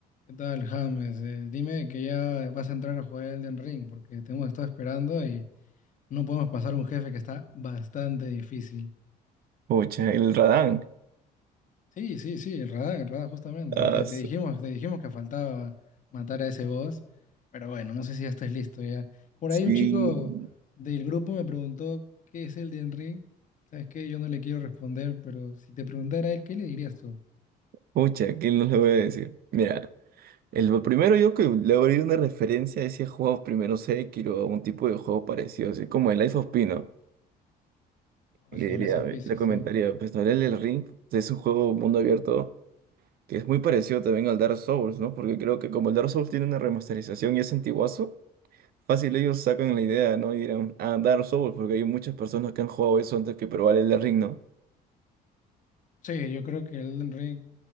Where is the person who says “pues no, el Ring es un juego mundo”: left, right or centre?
Right